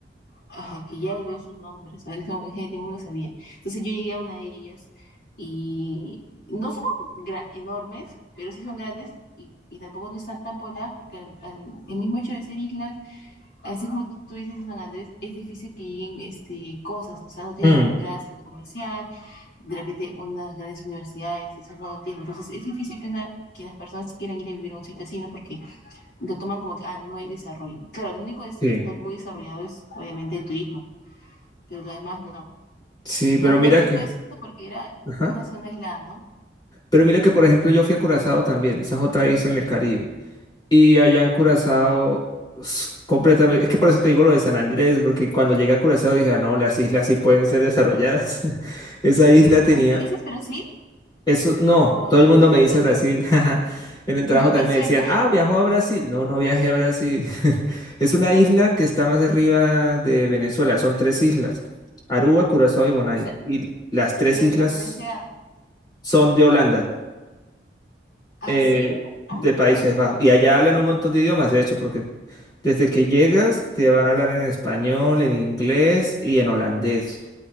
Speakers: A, on the left; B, on the left.
A: Ajá, que ya olvidó sus nombres, en ese en ese tiempo me lo sabía. Entonces yo llegué a una de ellas y no son gra- enormes, pero sí son grandes y, y tampoco no están tan pobladas porque al- al- el mismo hecho de ser islas, así como tú dices en San Andrés, es difícil que lleguen este, cosas, o sea, no tienen
B: mm,
A: un gran centro comercial, de repente unas grandes universidades, eso no lo tienen. Entonces es difícil que una... que las personas quieran ir a vivir a un sitio así, ¿no? Porque lo toman como que, ah, no hay desarrollo. Claro, lo único es
B: Sí,
A: que está muy desarrollado es obviamente el turismo, pero lo demás no.
B: sí, pero
A: Pero me
B: mira
A: gustó
B: que,
A: eso porque era
B: ajá.
A: una zona aislada, ¿no?
B: Pero mira que, por ejemplo, yo fui a Curazao también, esa es otra isla en el Caribe. Y allá en Curazao, s- completamente. Es que por eso te digo lo de San Andrés, porque cuando llegué a Curazao dije, "Ah, no, las islas sí pueden ser desarrolladas. <laughs> Esa isla tenía.
A: Ah, sí, ¿ese es Brasil?
B: Eso, no,
A: ¿O
B: todo el
A: dónde
B: mundo
A: está
B: me dice
A: Curazao?
B: Brasil. <laughs> En el trabajo
A: Me,
B: también
A: me
B: me
A: suena.
B: decían,
A: <laughs>
B: ah, viajó a Brasil. No, no viajé a Brasil. <laughs> Es una isla que está más arriba de Venezuela. Son tres islas: Aruba, Curazao y Bonaire.
A: O sea,
B: Y las tres
A: y le
B: islas
A: pertenece a...
B: son de Holanda,
A: ¿Ah,
B: eh,
A: sí?
B: de
A: Ah, mira.
B: Países Bajos. Y allá hablan un montón de idiomas, de hecho, porque Desde que llegas, te van a hablar en español, en inglés y en holandés.